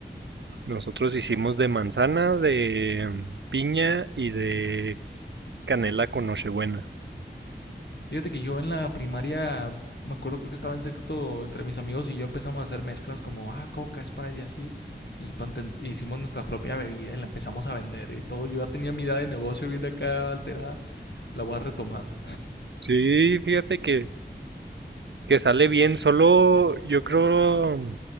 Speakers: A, on the right; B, on the left.
A: nosotros hicimos de manzana, de mm, piña y de canela con nochebuena.
B: Fíjate que yo en la primaria, me acuerdo creo que estaba en sexto, entre mis amigos y yo empezamos a hacer mezclas como, ah, coca, es para y así. Y panten- hicimos nuestra propia bebida y la empezamos a vender y todo. Yo ya tenía mi edad de negocio bien acá alterada. La voy a retomar.
A: Sí, fíjate que que sale bien, solo yo creo,